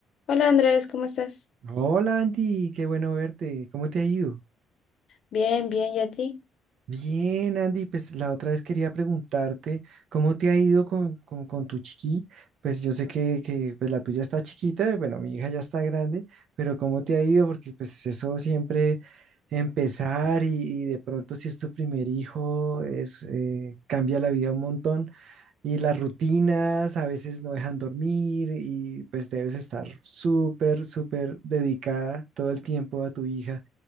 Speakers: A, on the left; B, on the right.
A: Hola Andrés, ¿cómo estás?
B: Hola Andy, qué bueno verte. ¿Cómo te ha ido?
A: Bien, bien, ¿y a ti?
B: Bien, Andy, pues la otra vez quería preguntarte cómo te ha ido con, con, con tu chiqui. Pues yo sé que, que, pues, la tuya está chiquita, bueno, mi hija ya está grande, pero ¿cómo te ha ido? Porque pues eso siempre empezar y, y de pronto si es tu primer hijo, es, eh, cambia la vida un montón. Y las rutinas a veces no dejan dormir y pues debes estar súper, súper dedicada todo el tiempo a tu hija.